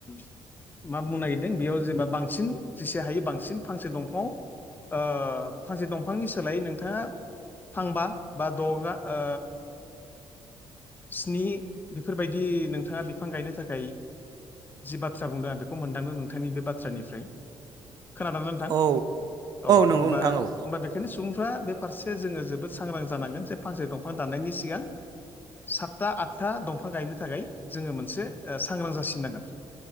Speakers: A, on the left; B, on the right.
A: मा बुंनो नागिरदों बेयाव जेनेबा बांसिन जेसे हायो बांसिन फांसे दंफङाव ओ फांसे दंफांनि सोलायै नोंथाङा फांबा बा दगा ओ स्नि बेफोरबायदि नोंथाङा बिफां गायनो थाखाय जि बाथ्रा बाथ्रा बुंदों आं बेखौ मोनदांदों नोंथांनि बे बाथ्रानिफ्राय खोनादोंानानै नोंथां
B: औ
A: औ
B: नंगौ
A: होमबा
B: नोंथां औ
A: हबा बेखायनो सुबुं फ्रा बे फारसे जोङो जोबोद सांग्रां जानांगोन जे फांसे दंफां दाननायनि सिगां सातथा आठथा दंफां गायनो थाखाय जोङो मोनसे सांग्रां जासिननांगोन